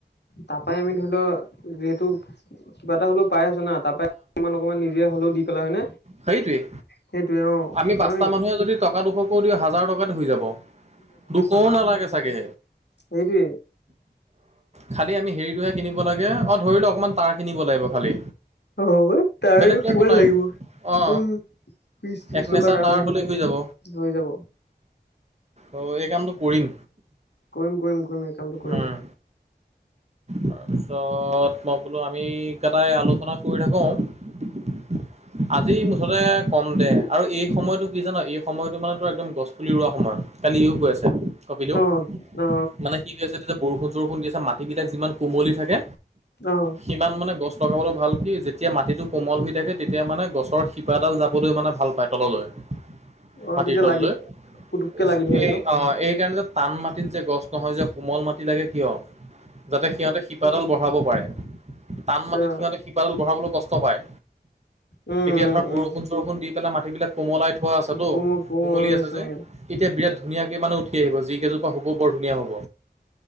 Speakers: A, on the left (about 85°); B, on the right (about 40°).
A: তপাই আমি ধৰি ল যিহেতু কিবা এটা হলেও পাই আছ না, তাৰ পৰা- অকমান অকনমান নিজে হলেও দি পেলাই হয়নে।
B: সেইটোয়ে।
A: সেইটোয়ে অ
B: আমি
A: কাৰণ
B: পাঁচটা মানুহে যদি টকা দুশৰ কৰি দিওঁ হাজাৰ টকা যাব। দুশও নালাগে চাগে
A: সেইটোৱেই।
B: খালি আমি হেৰিটোহে কিনিব লাগে, অ ধৰিলো অকণমান তাঁৰ কিনিব লাগিব খালি।
A: অ তাৰো
B: বেলেগ
A: কিমান
B: একো নাই
A: লাগিব
B: অ।
A: উম বিশ ত্ৰিশ
B: এক
A: টকা
B: নেচা
A: এটা
B: তাৰ
A: হ'লে
B: হ'লেই হৈ যাব।
A: হৈ যাব
B: অ এই কামটো কৰিম।
A: কৰিম-কৰিম-কৰিম একামটো কৰিম।
B: উম, তাৰপিছত মই বোলো আমি কেইটাই আলোচনা কৰি থাকোঁ <inaudible> আজি মুঠতে কম দে আৰু এই সময়টো কি জান, এই সময়তটো মানে তোৰ একদম গছ পুলি ৰা সময়। কালি ইউ কৈ আছে। কপিলেউ,
A: অ অ
B: মানে কি কি আছে যে বৰষুণ-চৰষুণ দি আছে মাটিবিলাক যিমান কোমলি থাকে
A: অ অ
B: সিমান মানে গছ লগাবলৈ ভাল কি যেতিয়া মাটিটো কোমল হৈ তেতে-তেতিয়া মানে গছৰ শিপাডাল যাবলৈ মানে ভাল পায় তললৈ
A: অ
B: মাটিৰ
A: তেতিয়া
B: তললৈ,
A: লাগি পুতুককে লাগি
B: যিখিনি
A: ধৰে
B: অ'
A: ন
B: এইকাৰনে টান মাটিত যে গছ নহয় যে, কোমল মাটি লাগে কিয়? যাতে সিহঁতে শিপাডাল বঢ়াব পাৰে। টান
A: আচ্ছা
B: মাটিত সিহঁতে শিপাডল বঢ়াবলৈও কষ্ট পায়।
A: উম উম
B: এতিয়া ধৰ বৰষুণ-চৰষুণ দি পেলাই মাটিবিলাক কোমলাই থোৱা আছেতো,
A: উম কোমল কোমল
B: কোমলি
A: হৈ
B: আছে যে।
A: উম
B: এতিয়া বিৰাট ধুনীয়াকৈ মানে উঠ আহিব, যি কেইজোপা হ'ব বৰ ধুনীয়া হ'ব।